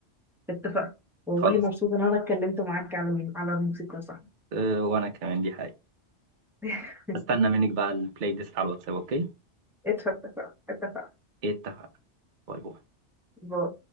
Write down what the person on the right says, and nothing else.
خلاص
آه، وانا كمان دي حاجه
استنى منك بقى البلاي ليست على الواتساب اوكي
اتفق باي باي